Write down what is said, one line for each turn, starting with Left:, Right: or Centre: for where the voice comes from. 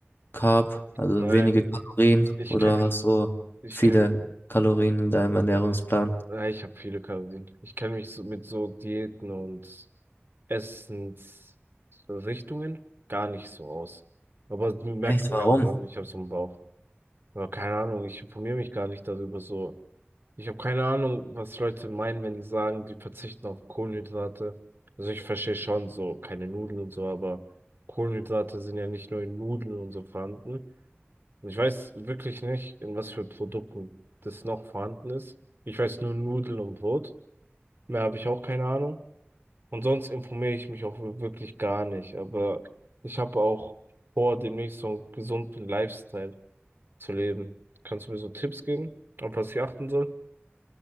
Left: Carb, also
Right: Nein,
Left: wenige Kalorien,
Right: ich
Left: oder
Right: kenne mich,
Left: hast du
Right: ich
Left: viele
Right: kenne,
Left: Kalorien in deinem Ernährungsplan?
Right: ich habe viele Kalorien. Ich kenne mich so mit so Diäten und Essensrichtungen gar nicht so aus. Aber das merkt
Left: Echt,
Right: man
Left: warum?
Right: mir auch an, ich habe so einen Bauch. Aber keine Ahnung, ich informiere mich gar nicht darüber so. Ich habe keine Ahnung, was Leute meinen, wenn die sagen, die verzichten auf Kohlenhydrate. Also ich verstehe schon so, keine Nudeln und so, aber Kohlenhydrate sind ja nicht nur in Nudeln und so vorhanden. Und ich weiß wirklich nicht, in was für Produkten das noch vorhanden ist. Ich weiß nur Nudeln und Brot. Mehr habe ich auch keine Ahnung. Und sonst informiere ich mich auch wirklich gar nicht. Aber ich habe auch vor, demnächst so einen gesunden Lifestyle zu leben. Kannst du mir so Tipps geben, auf was ich achten soll?